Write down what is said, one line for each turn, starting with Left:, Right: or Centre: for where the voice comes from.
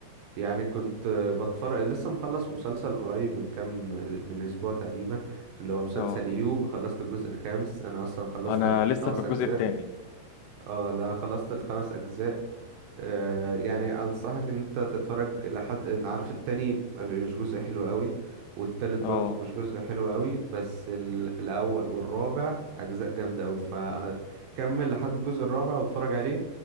Right: يعني كنت بتفرج لسه مخلص مسلسل قريب من كام من أسبوع تقريبا اللي هو مسلسل
Left: اه
Right: يو خلصت الجزء الخامس أنا أصلا خلصت
Left: انا لسه
Right: الخمس
Left: في الجزء
Right: أجزاء
Left: الثاني
Right: اه لا خلصت الخمس أجزاء آه، يعني انصحك ان انت تتفرج لحد ان عارف التاني ما بي- مش جزء حلو قوي والتالت برضه
Left: اه
Right: مش جزء حلو قوي بس ال- الاول والرابع اجزاء جامده قوي فكمل لحد الجزء الرابع واتفرج عليه